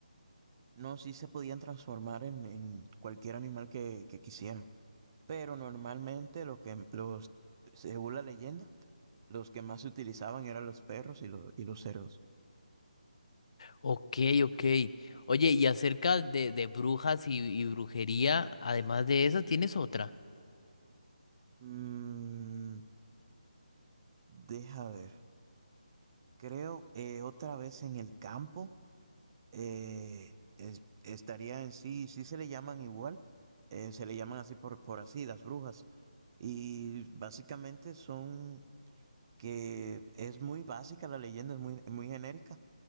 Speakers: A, on the right; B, on the left.
A: No, sí se podían transformar en, en cualquier animal que, que quisieran. Pero normalmente lo que los, según la leyenda, los que más se utilizaban eran los perros y los, y los cerdos.
B: Ok, ok. Oye, y acerca de, de brujas y, y brujería, además de eso, ¿tienes otra?
A: Mm, deja ver. Creo eh, otra vez en el campo. eh, es- estaría en sí, sí se le llaman igual. eh, se le llaman así por, por así, las brujas. Y básicamente son que es muy básica la leyenda, es muy, muy genérica